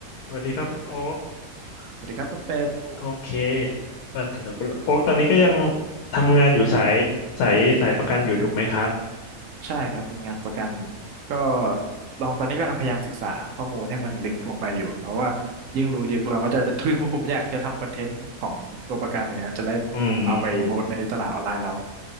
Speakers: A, on the left; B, on the right.
A: สวัสดีครับคุณโอ๊ก
B: สวัสดีครับคุณเป็ด
A: โอเคมาถึงคุณโอ๊กตอนนี้ก็ยังทำงานอยู่สายสายสายประกันอยู่ถูกไหมครับ
B: ใช่ครับเป็นงานประกันก็ลองตอนนี้กำลังพยายามศึกษาข้อมูลให้มันลึกลงไปอยู่เพราะว่ายิ่งรู้ลึกเราก็จะ <laughs> ทึกผมอยากจะทำคอนเทนต์ของตัวประกันเนี่ยฮะจะได้
A: อืม
B: เอาไปโพสต์ในตลาดออนไลน์เรา